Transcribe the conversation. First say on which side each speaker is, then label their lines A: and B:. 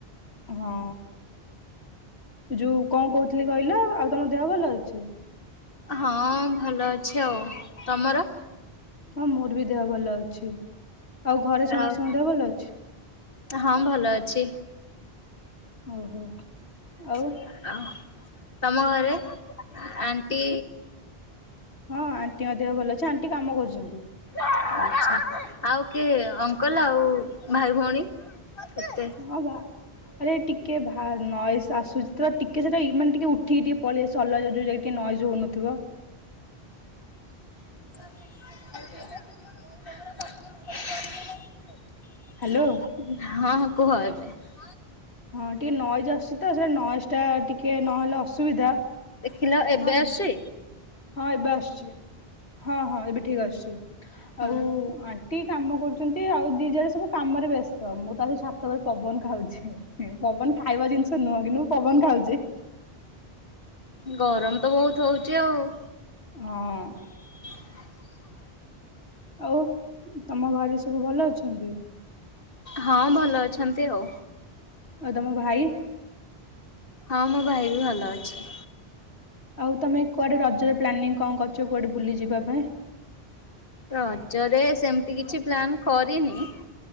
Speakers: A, on the left; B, on the left.
A: ହଁ ଯଉ କଣ କହୁଥିଲି କହିଲ ଆଉ ତମ ଦେହ ଭଲ ଅଛି।
B: ହଁ ଭଲ ଅଛି ଆଉ ତମର
A: ହଁ ମୋର ବି ଦେହ ଭଲ ଅଛି। ଆଉ ଘରେ ସମସ୍ତଙ୍କ
B: ଆଉ
A: ଦେ ଭଲ ଅଛି।
B: ହଁ ଭଲ ଅଛି
A: ଓହୋ
B: <unintelligible>
A: ଆଉ
B: ତମ ଘରେ ଆଣ୍ଟି
A: ହଁ ଆଣ୍ଟି ମଧ୍ୟହ ଭଲ ଅଛି ଆଣ୍ଟି କାମ କରୁଛନ୍ତି।
B: ଆଛା ଆଉ କିଏ ଅଙ୍କଲ ଆଉ ଭାଇ ଭଉଣୀ କେତେ?
A: ହଉ ବା ଆରେ ଟିକେ ନଏଜ ଆସୁଛି ତ ଟିକେ ସେଟା ମାନେ ଟିକେ ଉଠିକି ଟିକେ ପଳେଇ ଆସ ଅଲଗା ଟିକେ ନଏଜ ହଉନଥିବ।
B: ଆଉ ହଁ ହଁ କୁହ
A: ହ୍ୟାଲୋ।
B: ଏବେ
A: ହଁ ଟିକେ ନଈ ଜ ଆସିଛି ତ ସେଇଟା ନ ଟା ଟିକେ ନହେଲେ ଅସୁବିଧା
B: ହଲୋ ଏବେ
A: ହଁ ଏବ୍
B: ଆସଛି।
A: ହଁ ଏବେ ଆସଛି ହଁ ହଁ ଏବେ ଠିକ ଆସଛି
B: ହୁଁ
A: ଆଉ ଟିକେ କାମ କରୁଛ। ଛନ୍ତି ଆଉ ଦି ଜାଡ ସବୁ କାମରେ ବ୍ୟ ମୁଁ ତ ଆ ସାତଟା ବଳେ ପବନ ଖାଉଛି ପବନ ଖାଇବା ଜିନିଷ ନୁହଁ କିନ୍ତୁ ମୁଁ ପବନ ଖାଉଛି।
B: ଗରମ ତ ବହୁତ ହଉଚ ଆଉ।
A: ହଁ
B: <unintelligible>
A: ଆଉ ତମ ଘରେ ସବୁ ଭଲ ଅଛନ୍ତି।
B: ହଁ ଭଲ ଅଛନ୍ତି ଆଉ
A: ଓ ତମ ଭାଇ
B: ହଁ ମୋ ଭାଇ ବି ଭଲ ଅଛି
A: ଆଉ ତମେ କୁଆଡେ ରଜରେ ପ୍ଲାନିଂ କଣ କରଛ କୁଆଡେ ବୁଲି ଯିବା ପାଇଁ
B: ରଜରେ ସେମିତି କିଛି ପ୍ଲାନ୍ କରିନି